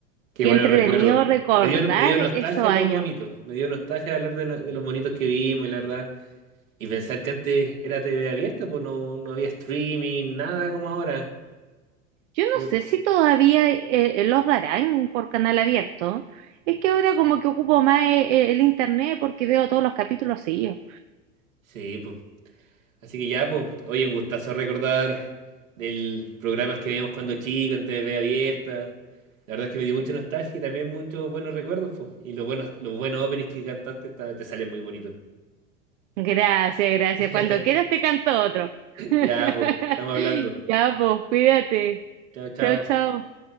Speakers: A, on the right; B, on the right.
A: Qué
B: qué
A: bueno
B: entretenido
A: recuerdo.
B: recordar
A: Me dio, me dio nostalgia
B: esos años.
A: los monitos. Me dio nostalgia hablar de, no- de los monitos que vimos, y la verdad. Y pensar que antes era TV abierta, pues no, no había streaming, nada como ahora.
B: Yo
A: Fue-
B: no sé si todavía eh, eh, los darán por canal abierto. Es que ahora como que ocupo más eh, eh, el internet porque veo todos los capítulos seguidos.
A: Sí, pues. Así que ya, pues, oye, un gustazo recordar del programas que veíamos cuando chico en TV abierta. La verdad es que me dio mucha nostalgia y también muchos buenos recuerdos, pues. Y los buenos, los buenos openings que cantaste está- te salen muy bonitos.
B: Gracias, gracias.
A: <laughs>
B: Cuando quieras te canto otro. <laughs>
A: Ya, pues, estamos hablando.
B: Ya, pues, cuídate.
A: Chao, chao.
B: Chao, chao.